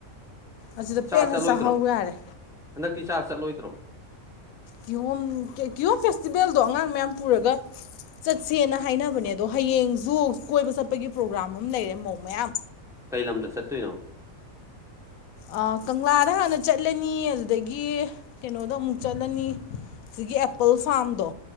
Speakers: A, on the left; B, in the centre.
A: ꯑꯗꯨꯗ
B: ꯆꯥ
A: ꯄꯦꯟꯅ
B: ꯆꯠꯂꯣꯏꯗ꯭ꯔꯣ
A: ꯆꯥꯍꯧ ꯌꯔꯦ
B: ꯍꯟꯗꯛꯇꯤ ꯆꯥ ꯆꯠꯂꯣꯏꯗ꯭ꯔꯣ
A: ꯀꯤꯍꯣꯝ ꯀꯤꯍꯣꯝ ꯐꯦꯁꯇꯤꯚꯦꯜꯗꯣ ꯑꯉꯥꯡ ꯃꯌꯥꯝ ꯄꯨꯔꯒ ꯆꯠ ꯆꯠꯁꯦꯅ ꯍꯥꯏꯅꯕꯅꯦ ꯑꯗꯣ ꯍꯌꯦꯡꯁꯨ ꯀꯣꯏꯕ ꯆꯠꯄꯒꯤ ꯄ꯭ꯔꯣꯒ꯭ꯔꯥꯝ ꯑꯃ ꯂꯩꯔꯦ ꯃꯧ ꯃꯌꯥꯝ
B: ꯀꯩ ꯂꯝꯗ ꯆꯠꯇꯣꯏꯅꯣ
A: ꯑꯥ ꯀꯪꯂꯥꯗ ꯍꯥꯟꯅ ꯆꯠꯂꯅꯤ ꯑꯗꯨꯗꯒꯤ ꯀꯩꯅꯣꯗꯣ ꯑꯃꯨꯛ ꯆꯠꯂꯅꯤ ꯁꯤꯒꯤ ꯑꯦꯄꯜ ꯐꯥꯔꯝꯗꯣ